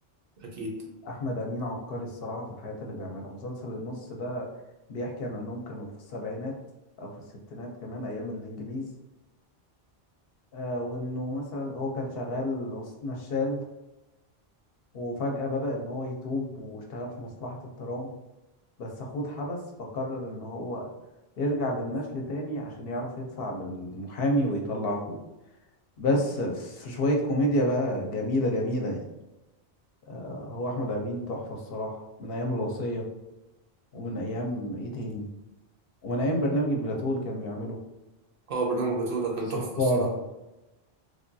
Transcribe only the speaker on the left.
احمد امين عبقري الصراحة في الحاجات اللي بيعملها مسلسل النص ده بيحكي عن انهم كانوا في السبعينات او في الستينات كمان ايام الانجليز آه وانه مثلا هو كان شغال نشال وفجأة بدأ إن هو يتوب واشتغل في مصلحة الترام بس أخوه اتحبس فقرر إن هو يرجع للنشل تاني عشان يعرف يدفع للمحامي ويطلع أخوه بس في شوية كوميديا بقى جميلة جميلة يعني آه هو أحمد أمين تحفة الصراحة من أيام الوصية ومن أيام إيه تاني ومن أيام برنامج البلاتو اللي كان بيعمله
الصفارة